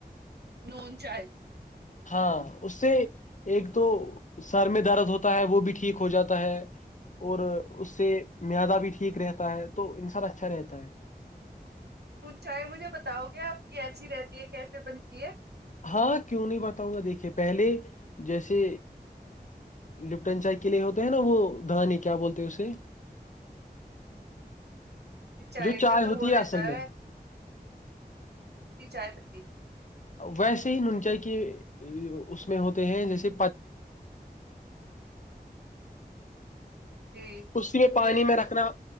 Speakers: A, on the right; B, on the left.
A: نون چائے
B: ہاں اس سے ایک تو سر میں درد ہوتا ہے وہ بھی ٹھیک ہو جاتا ہے اور اس سے معیادہ بھی ٹھیک رہتا ہے تو انسان اچھا رہتا ہے
A: چاہے مجھے بتاؤ گے اپ کیسی رہتی ہے کیسے بنتی ہے
B: ہاں کیوں نہیں بتاؤں گا دیکھیں پہلے جیسے لپٹن چائے کے لیے ہوتے ہیں نا وہ دانی کیا بولتے ہیں اسے
A: چائے
B: جو
A: کا تو
B: ہوتی
A: وہ رہتا
B: اصل میں
A: ہے چائے پتی
B: ویسے ہی نون چائی کے اس میں ہوتے ہیں جیسے
A: جی
B: اسی میں پانی
A: پھر
B: میں رکھنا